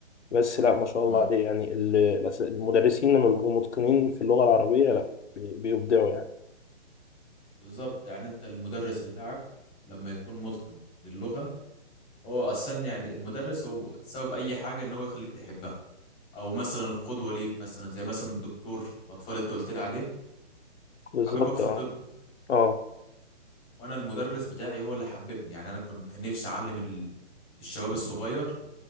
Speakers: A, on the left; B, on the left.
A: بس لا ما شاء
B: تمام
A: الله عليه يعني ال- الأس- المدرسين لما بيبقوا متقنين في اللغه العربيه لا بي- بيبدعوا يعني
B: بالظبط يعني انت المدرس بتاعك لما يكون متقن للغه هو اصلا يعني المدرس هو سبب اي حاجه ان هو يخليك تحبها او مثلا القدوه ليك مثلا زي مثلا الدكتور الاطفال اللي انت قلت لي عليه
A: بالظبط
B: حبيبك في
A: اه
B: الطب
A: اه
B: وانا المدرس بتاعي هو اللي حببني يعني انا كنت كان نفسي اعلم ال- الشباب الصغير